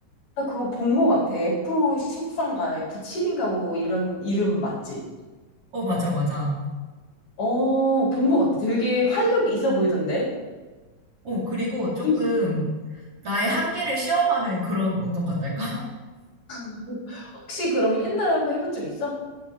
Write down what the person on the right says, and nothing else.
어, 맞아, 맞아.
어, 그리고 조금
나의 한계를 시험하는 그런 운동 같달까?